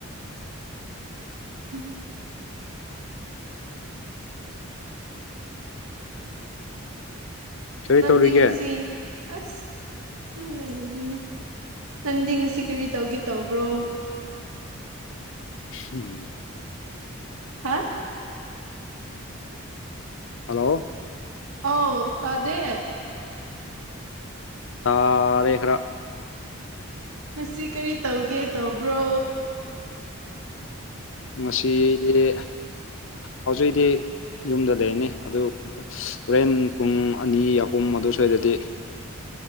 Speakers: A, on the right (about 80°); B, on the left (about 60°).
A: ꯎꯝ
B: ꯀꯔꯤ
A: ꯅꯪꯗꯤ
B: ꯇꯧꯔꯤꯒꯦ
A: ꯉꯁꯤ ꯑꯁ ꯂꯩꯈꯔꯤꯅꯤ ꯅꯪꯗꯤ ꯉꯁꯤ ꯀꯔꯤ ꯇꯧꯒꯦ ꯇꯧꯕ꯭ꯔꯣ
B: ꯎꯝ
A: ꯍꯥ
B: ꯍꯜꯂꯣ
A: ꯑ ꯇꯗꯦ
B: ꯇꯥꯔꯦ ꯈꯔ
A: ꯉꯁꯤ ꯀꯔꯤ ꯇꯧꯒꯦ ꯇꯧꯕ꯭ꯔꯣ
B: ꯉꯁꯤꯗꯤ ꯍꯧꯖꯤꯛꯗꯤ ꯌꯨꯝꯗ ꯂꯩꯔꯅꯤ ꯑꯗꯨ ꯍꯣꯔꯦꯟ ꯄꯨꯡ ꯑꯅꯤ ꯑꯍꯨꯝ ꯑꯗꯨ ꯁ꯭ꯋꯥꯏꯗꯗꯤ